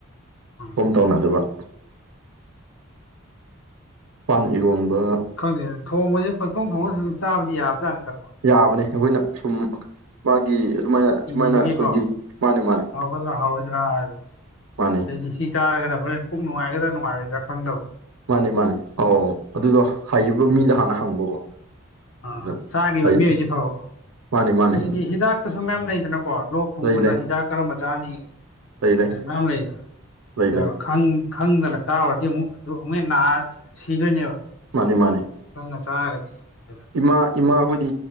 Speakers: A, on the left (about 65°); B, on the right (about 85°).
A: ꯎꯝ
B: ꯁꯣꯝ ꯇꯧꯅꯗꯕ ꯄꯥꯟ ꯏꯔꯣꯟꯕ
A: ꯈꯪꯗꯦꯗ ꯊꯣꯡꯕꯁꯦ ꯄꯪꯊꯣꯡ ꯈꯣꯡꯕꯁꯨ ꯑꯗꯨꯝ ꯆꯥꯕꯗꯤ ꯌꯥꯕꯖꯥꯠꯅꯤꯗꯀꯣ
B: ꯌꯥꯕꯅꯦ ꯑꯩꯈꯣꯏꯅ ꯁꯨꯝ ꯃꯥꯒꯤ ꯑꯁꯨꯃꯥꯏꯅ ꯁꯨꯃꯥꯏꯅ
A: ꯏꯕꯒꯤꯀꯣ
B: ꯑꯩꯈꯣꯏꯒꯤ ꯃꯥꯅꯦ ꯃꯥꯅꯦ
A: ꯍꯥꯎꯒꯗ꯭ꯔꯥ ꯍꯥꯎꯔꯣꯏꯗ꯭ꯔꯥꯗꯤ
B: ꯃꯥꯅꯦ
A: ꯁꯤ ꯆꯥꯔꯒꯗ ꯍꯣꯔꯦꯟ ꯄꯨꯡ ꯅꯨꯡꯉꯥꯏꯒꯗꯥ ꯅꯨꯡꯉꯥꯏꯔꯣꯏꯗꯥ ꯈꯪꯗꯕ꯭ꯔꯣ
B: ꯃꯥꯅꯦ ꯃꯥꯅꯦ ꯑꯧ ꯑꯗꯨꯗꯣ ꯍꯥꯏꯕ ꯃꯤꯗ ꯍꯥꯟꯅ ꯍꯪꯕꯀꯣ
A: ꯑ
B: ꯑꯗꯨꯗ
A: ꯆꯥꯈꯤꯕ
B: ꯍꯩ
A: ꯃꯤꯁꯤ ꯐꯕꯀꯣ
B: ꯃꯥꯅꯤ ꯃꯥꯅꯤ
A: ꯑꯗꯩꯗꯤ ꯍꯤꯗꯥꯛꯇꯁꯨ ꯃꯌꯥꯝ ꯂꯩꯗꯅꯀꯣ ꯂꯣꯛ ꯊꯨꯡꯕꯗ
B: ꯂꯩ ꯂꯩ
A: ꯍꯤꯗꯥꯛ ꯀꯔꯝꯕ ꯆꯥꯅꯤ
B: ꯂꯩ ꯂꯩ
A: ꯑꯗꯨ ꯃꯝ ꯂꯩꯗ
B: ꯂꯩ ꯂꯩ
A: ꯈꯪꯗꯅ ꯆꯥꯎꯔꯗꯤ ꯑꯃꯨꯛ ꯑꯗꯨ ꯑꯃꯨꯛ ꯅꯥꯔ ꯁꯤꯗꯣꯏꯅꯦꯕ
B: ꯃꯥꯅꯤ ꯃꯥꯅꯤ
A: ꯈꯪꯅ ꯆꯥꯔꯒꯗꯤ ꯑꯗꯨ
B: ꯏꯃꯥ ꯏꯃꯥ ꯕꯨꯗꯤ